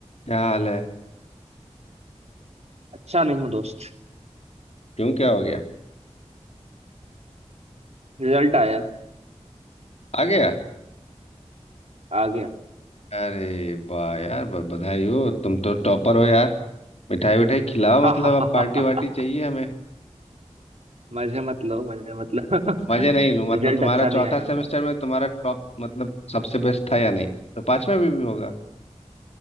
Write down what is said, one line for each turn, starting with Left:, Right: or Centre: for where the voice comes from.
Left: क्या हाल है
Right: अच्छा नहीं हूँ दोस्त
Left: क्यों क्या हो गया
Right: रिजल्ट आया है,
Left: आ गया
Right: आ गया
Left: अरे वाह यार ब- बधाई हो तुम तो टॉपर हो यार मिठाई विठाई खिलाओ
Right: <laughs>
Left: मतलब अब पार्टी वार्टी चाहिए हमें
Right: मजे मत लो मजे मत लो <laughs>
Left: मजे नहीं लूं मतलब
Right: रिजल्ट
Left: तुम्हारा
Right: अच्छा नहीं
Left: चौथा
Right: आया
Left: सेमेस्टर
Right: मेरा
Left: में तुम्हारा टॉप मतलब सबसे बेस्ट था या नहीं तो पांचवा में भी होगा